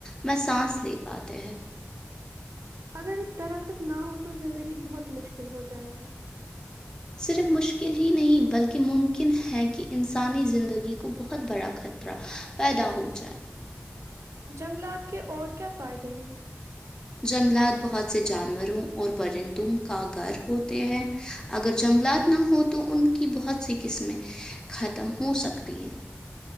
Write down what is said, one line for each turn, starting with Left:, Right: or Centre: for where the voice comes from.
Left: میں سانس لے پاتے ہیں
Right: اگر درخت نہ ہو تو زندگی بہت مشکل ہو جائے گی
Left: صرف مشکل نہیں ہی نہیں بلکہ ممکن ہے کہ انسانی زندگی کو بہت برا خطرہ پیدا ہو جائے
Right: جنگلات کے اور کیا فائدے ہیں
Left: جنگلات بہت سے جانوروں اور پرندوں کا گھر ہوتے ہیں اگر جنگلات نہ ہوں تو ان کی بہت سی قسمیں ختم ہوسکتی ہیں